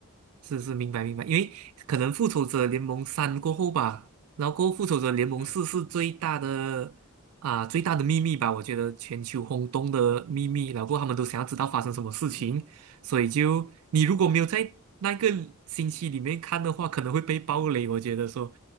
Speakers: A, on the right (about 75°); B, on the left (about 35°).
A: 是是，明白明白，因为可能复仇者联盟三过后吧，然后过后复仇者联盟四是最大的啊最大的秘密吧，
B: 嗯哼
A: 我觉得全球轰动的秘密，
B: 嗯
A: 然后过后他们都想要知道发生什么事情，
B: 嗯
A: 所以就你如果没有在那个星期里面看的话，可能会被爆雷。我觉得说，